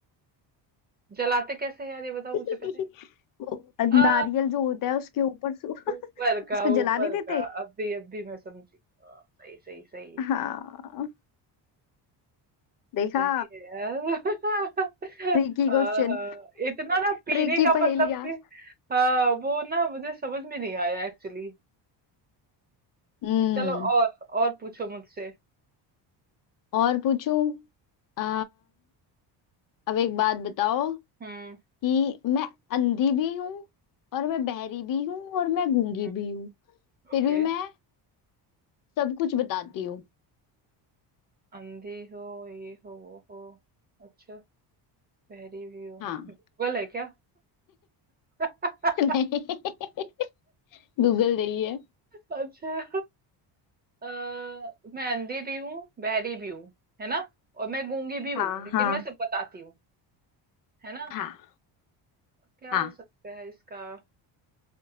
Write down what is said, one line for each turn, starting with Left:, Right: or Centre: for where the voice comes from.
Right: जलाते कैसे हैं यार ये बताओ
Left: <laughs>
Right: मुझे पहले
Left: वो
Right: आ
Left: नारियल जो होता है उसके ऊपर से <laughs>
Right: ऊपर का
Left: उसको
Right: ऊपर
Left: जला नहीं देते
Right: का अभी अभी मैं समझी हाँ, सही सही सही
Left: हाँ देखा
Right: सही है यार <laughs>
Left: Tricky
Right: हाँ
Left: question
Right: हाँ इतना ना पीने
Left: ट्रिकी <laughs>
Right: का
Left: पहेलियाँ
Right: मतलब कि हाँ वो ना मुझे समझ में नहीं आया एक्चुअली
Left: हम्म
Right: चलो और और पूछो मुझसे
Left: और पूछूं आ, अब एक बात बताओ
Right: हम्म
Left: कि मैं अंधी भी हूँ और मैं बहरी भी हूँ और मैं गूंगी
Right: हम्म
Left: भी हूँ फिर
Right: ओके
Left: भी मैं सब कुछ बताती हूँ
Right: अंधी हो ये हो वो हो अच्छा बहरी भी हो
Left: हाँ
Right: गूगल है क्या <laughs>
Left: <laughs> नहीं गूगल नहीं है
Right: अच्छा अ, मैं अंधी भी हूँ बहरी भी हूँ है ना और मैं गूंगी भी हूँ
Left: हाँ
Right: लेकिन
Left: हाँ
Right: मैं सब बताती हूँ है ना
Left: हाँ
Right: क्या
Left: हाँ
Right: हो सकता है इसका